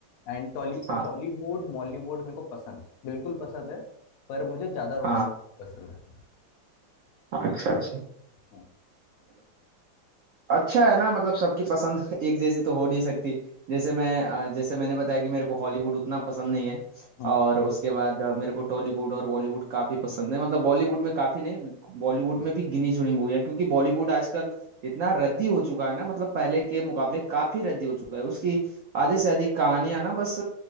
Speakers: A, on the left; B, on the right.
A: एंड टॉली
B: हाँ
A: टॉलीवुड मॉलीवुड मेरे को पसंद बिल्कुल पसंद है पर मुझे ज्यादा रोमांस
B: हाँ
A: पसंद है
B: अच्छा अच्छा
A: हम्म,
B: अच्छा है ना मतलब सबकी पसंद <laughs> एक जैसी तो हो नहीं सकती जैसे मैं अ, जैसे मैंने बताया कि मेरे को हॉलीवुड उतना पसंद नहीं है
A: हम्म,
B: और उसके बाद अ, मेरे को टॉलीवुड और बॉलीवुड काफी पसंद है मतलब बॉलीवुड में काफी नहीं बॉलीवुड
A: हम्म।
B: में भी गिनी चुनी मूवी है क्योंकि बॉलीवुड आजकल इतना रद्दी हो चुका है ना मतलब पहले के मुकाबले काफी रद्दी हो चुका है उसकी आधे से अधिक कहानियां ना बस